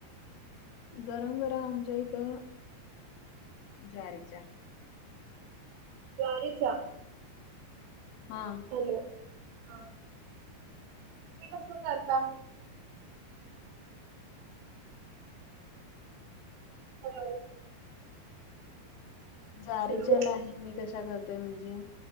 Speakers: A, on the left (about 85°); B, on the right (about 80°).
A: गरम गरम आमच्या इथं ज्वारीच्या
B: ज्वारीच्या
A: हा
B: हॅलो हा कस करता मग हॅलो
A: ज्वारीच्याला
B: हॅलो
A: आ मी कशा करतोय म्हणजे